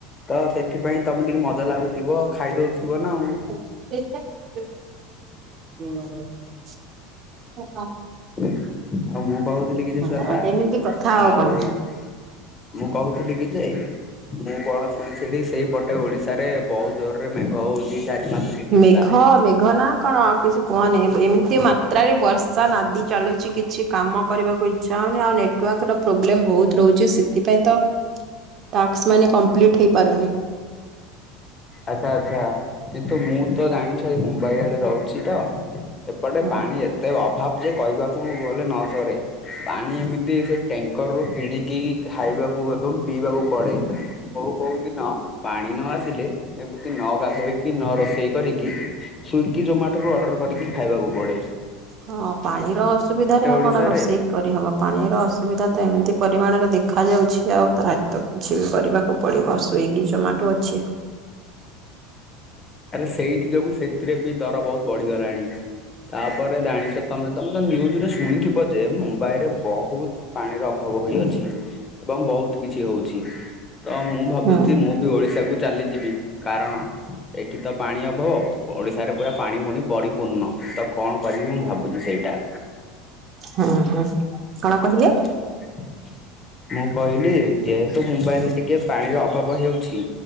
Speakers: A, on the left; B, on the right.
A: ତ ସେଥିପାଇଁ ତମେ ଟିକେ ମ ମଜା ଲାଗୁଥିବ ଖାଇଦଉଥିବ ନା ଆଉ।
B: <inaudible>
A: ଆଉ ମୁଁ କହୁଥିଲି କି ଯେ
B: ହଁ
A: ଶ୍ୱେତା
B: ଏମିତି କଥା
A: ଆଉ।
B: କଣ।
A: ମୁଁ କହୁଥିଲି କି ଯେ। ମୁଁ କଣ ଶୁଣିଛି ସେଇଠି ସେଇପଟେ ଓଡିଶାରେ ବହୁତ ଜୋରରେ ମେଘ ହଉଛି ଚାରି, ପାଞ୍ଚ ଦିନ
B: ମେଘ
A: ହେଲା
B: ମେଘ ନା କଣ ଆଉ କିଛି କୁହନି ଏ-ଏମିତି ମା ତ୍ରାରେ ବର୍ଷା ନାଦି ଚାଲୁଛି କିଛି କାମ କରିବାକୁ ଇଚ୍ଛା ହଉନି ଆଉ ନେଟୱାର୍କର ପ୍ରୋବ୍ଲେମ ବହୁତ ରହୁଛି ଶୀ ସେଥିପାଇଁ ତ ଟାକ୍ସ ମାନେ କମ୍ପ୍ଲିଟ ହେଇପାରୁନି।
A: ଆଚ୍ଛା ଆଚ୍ଛା କିନ୍ତୁ ମୁଁ ତ ଜାଣିଛ ଏଇ ମୁମ୍ବାଇ ଆଡେ ରହୁଛି ତ। ଏପଟେ
B: ହଁ
A: ପାଣି ଏତେ ଅଭାବ ଯେ କହିବାକୁ ଗଲେ ନସରେ। ପାଣି ଏମିତି ସେ ଟ୍ୟାଙ୍କର ରୁ କିଣିକି ଖାଇବାକୁ ଏବଂ ପିଇବାକୁ ପଡେ। କୋଉ କୋଉ ଦିନ ପାଣି ନ ଆସିଲେ। ଏମିତି ନ ଗାଧେଇକି ନ ରୋଷେଇ କରିକି। ସ୍ଵିଗି, ଜୋମାଟୋରୁୁ ଅର୍ଡର କରିକି ଖାଇବାକୁ ପଡ଼େ।
B: ହଁ ପାଣିର ଅସୁବିଧାରେ ଆଉ
A: ଓଡିଶାରେ
B: କଣ ରୋଷେଇ କରିହବ ପାଣିର ଅସୁବିଧା ତ ଏମିତି ପରିମାଣରେ ଦେ ଖାଯାଉଛି ଆଉ ତା ଏ ତ କିଛି ବି କରିବାକୁ ପଡିବ ସ୍ବିଗି, ଜୋମାଟୋ ଅଛି।
A: ଆରେ ସେଇଥି ଯୋଗୁ ସେଥିରେ ବି ଦର ବହୁ ବଢିଗଲାଣି ତାପରେ ଜାଣିଛ ତମେ ତମେ ତ ନିଉଜରେ ଶୁଣିଥିବ ଯେ ମୁମ୍ବାଇ ରେ ବହୁତ ପାଣିର ଅଭାବ ହୋଇଅଛି। ଏବଂ ବହୁତ କିଛି ହଉଛି ତ ମୁଁ ଭାବୁଛି
B: ହୁଁ
A: ମୁଁ ବି ଓଡିଶାକୁ। ଚାଲିଯିବି କାରଣ। ଏଠି ତ ପାଣି ଅଭାବ। ଓଡିଶାରେ ପୁରା ପାଣି ଫୁଣି ପରିପୂର୍ଣ୍ଣ ତ କଣ କରିବି ମୁଁ ଭାବୁଛି ସେଇଟା।
B: ହୁଁ ହୁଁ। କଣ କହିଲେ?
A: <inaudible> ମୁଁ କହିଲି ଯେହେତୁ ମୁମ୍ବାଇ ରେ ଟିକେ ପାଣିର ଅଭାବ ହେଉଛି।